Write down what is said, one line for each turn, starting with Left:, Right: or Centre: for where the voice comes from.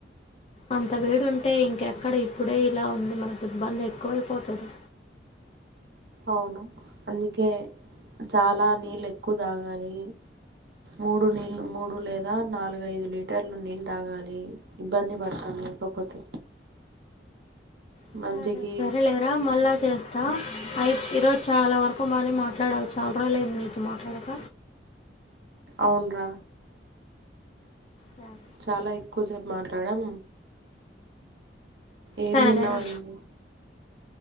Left: అంత వేడుంటే ఇంకెక్కడ ఇప్పుడే ఇలా ఉంది మనకు ఇబ్బంది ఎక్కువైపోతది
Right: అవును అందుకే చాలా నీళ్ళు ఎక్కువ తాగాలి మూడు నీళ్ళు మూడు లేదా నాలుగఐదు లీటర్లు నీళ్ళు తాగాలి ఇబ్బంది పడ్ కనీ లేకపోతే
Left: సరే
Right: మంచికి
Left: సరేలేరా మళ్ళా చేస్ తా అయి ఈరోజు చాలా వరకు బానే మాట్లాడవు చాలా రోజులు అయింది నితో మాట్లాడక
Right: అవున్ రా
Left: సరే
Right: చాలా ఎక్కువ సేపు మాట్లాడం ఏం
Left: సరేరా
Right: తిన్నావంది